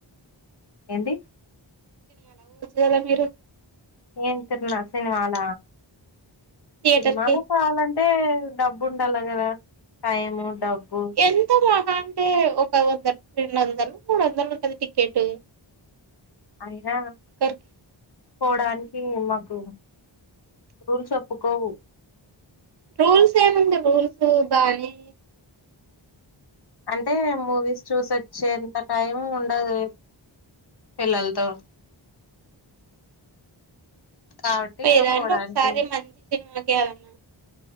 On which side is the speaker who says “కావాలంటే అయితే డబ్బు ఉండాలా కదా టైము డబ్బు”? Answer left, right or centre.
Left